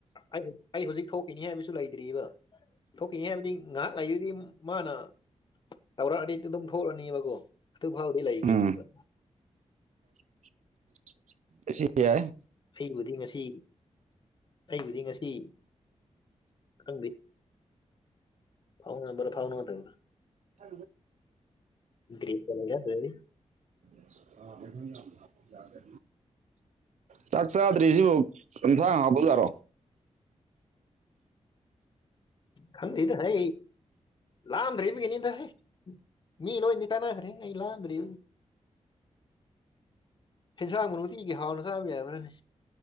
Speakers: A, on the left; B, on the right.
A: ꯑꯩ ꯑꯩ ꯍꯧꯖꯤꯛ ꯊꯣꯛꯈꯤꯅꯤ ꯍꯥꯏꯕꯁꯨ ꯂꯩꯇ꯭ꯑꯔꯤꯕ ꯊꯣꯛꯈꯤꯅꯤ ꯍꯥꯏꯕꯗꯤ ꯉꯥꯏꯍꯥꯛ ꯂꯩꯥꯛꯏꯗꯨꯗꯤ ꯃꯥꯅ ꯇꯧꯔꯛꯑꯗꯤ ꯑꯩꯗꯤ ꯑꯗꯨꯝ ꯐꯨꯔꯅꯤꯕꯀꯣ ꯑꯗꯨ ꯐꯥꯎꯗꯤ ꯂꯩꯈꯤꯅꯤꯕ
B: ꯎꯝ <inaudible> ꯁꯤ ꯁꯤ ꯌꯥ
A: ꯑꯩꯕꯨꯗꯤ ꯉꯁꯤ ꯑꯩꯕꯨꯗꯤ ꯉꯁꯤ ꯁꯪ ꯐꯥꯎꯅꯔ ꯐꯥꯎꯅ ꯇ
B: ꯍ
A: ꯔꯤ ꯀ ꯌꯥꯗꯗꯤ
B: ꯑ <unintelligible> ꯆꯥꯛ ꯆꯥꯗ꯭ꯔꯤꯁꯤꯕꯨ ꯀꯟꯁꯥꯡ ꯍꯥꯞꯕꯖꯥꯔꯣ
A: ꯈꯪꯗꯦꯗ ꯍ ꯂꯥꯝꯗ꯭ꯔꯦ ꯏꯕꯒꯤꯅꯤꯗ ꯍꯦ ꯃꯤ ꯂꯣꯏꯗꯤ ꯇꯅꯈ꯭ꯔꯦ ꯑꯩ ꯂꯥꯟꯅꯗꯤ ꯍꯦꯟꯁꯥꯡꯕꯨ ꯅꯨꯡꯇꯤꯒꯤ ꯍꯥꯎꯅ ꯆꯥꯕ ꯌꯥꯕ꯭ꯔꯥꯅꯦ